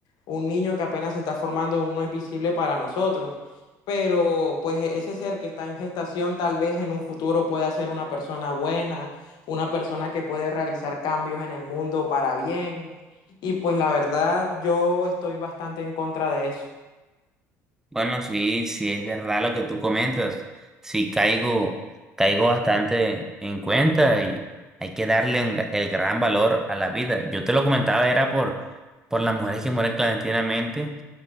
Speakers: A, on the left; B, in the centre.
A: un niño que apenas se está formando aún no es visible para nosotros, pero pues e-, ese ser que está en gestación tal vez en un futuro pueda ser una persona buena, una persona que puede realizar cambios en el mundo para bien y pues la verdad yo estoy bastante en contra de eso.
B: Bueno, sí, sí es verdad lo que tú comentas. Sí caigo, caigo bastante en cuenta y hay que darle en- el gran valor a la vida. Yo te lo comentaba, era por, por las mujeres que mueren clandestinamente.